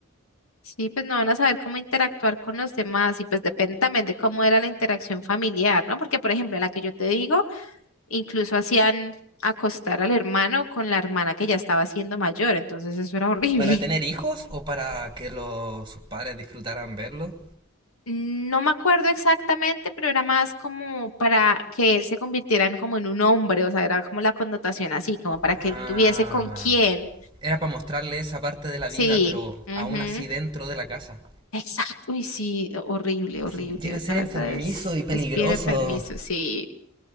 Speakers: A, on the left; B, on the right.
A: Sí, pues no van a saber cómo interactuar con los demás y pues depende también de cómo era la interacción familiar, ¿no? Porque, por ejemplo, en la que yo te digo, incluso hacían acostar al hermano con la hermana que ya estaba siendo mayor, entonces eso era horrible.
B: ¿Para tener hijos o para que los, sus padres disfrutaran verlo?
A: Mm, No me acuerdo exactamente, pero era más como para que él se convirtiera en como en un hombre, o sea, era como la connotación así, como para
B: Ah,
A: que él tuviese con quién.
B: era para mostrarle esa parte de la
A: Sí,
B: vida, pero
A: ujú,
B: aún así dentro de la casa.
A: Exacto, y sí, horrible, horrible.
B: Sí, llega a ser
A: La verdad
B: enfermizo
A: es,
B: y peligroso.
A: es bien enfermizo, sí,